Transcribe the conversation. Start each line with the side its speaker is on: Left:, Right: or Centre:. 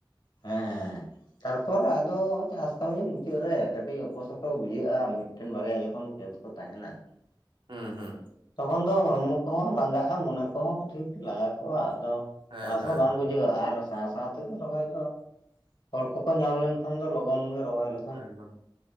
Left: ᱦᱮᱸ ᱦᱮᱸ᱾ ᱛᱟᱨᱯᱚᱨ ᱟᱫᱚ ᱪᱟᱥ ᱠᱟᱹᱢᱤ ᱢᱩᱪᱟᱹᱫ ᱨᱮ ᱠᱟᱹᱴᱤᱡ ᱚᱯᱚ ᱥᱚᱴᱚ ᱵᱩᱡᱷᱟᱹᱜ-ᱟ ᱢᱤᱫ ᱴᱮᱱ ᱵᱟᱨᱭᱟ ᱡᱚᱠᱷᱚᱱ ᱠᱷᱮᱛ ᱠᱚ ᱛᱟᱦᱮᱱᱟ
Right: ᱦᱩᱸ ᱦᱩᱸ
Left: ᱛᱚᱠᱷᱚᱱ ᱫᱚ ᱦᱚᱲᱢᱚ ᱠᱚᱦᱚᱸ ᱞᱟᱸᱜᱟᱜ-ᱟ ᱢᱚᱱᱮ ᱠᱚᱦᱚᱸ ᱴᱷᱤᱠ ᱞᱟᱸᱜᱟ ᱠᱚᱜ-ᱟ᱾ ᱟᱫᱚ
Right: ᱦᱮᱸ
Left: ᱪᱟᱥ
Right: ᱦᱮᱸ
Left: ᱦᱚᱸ ᱵᱟᱝ
Right: ᱦᱮᱸ
Left: ᱵᱩᱡᱷᱟᱹᱜ-ᱟ ᱟᱨ ᱥᱟᱶ ᱥᱟᱶ ᱛᱮᱜᱮ ᱨᱚᱦᱚᱭ ᱫᱚ ᱦᱚᱲ ᱠᱚᱠᱚ ᱧᱟᱢ ᱞᱮᱱᱠᱷᱟᱱ ᱫᱚ ᱞᱚᱜᱚᱱ ᱜᱮ ᱨᱚᱦᱚᱭ ᱞᱮ
Right: ᱮᱠᱫᱚᱢ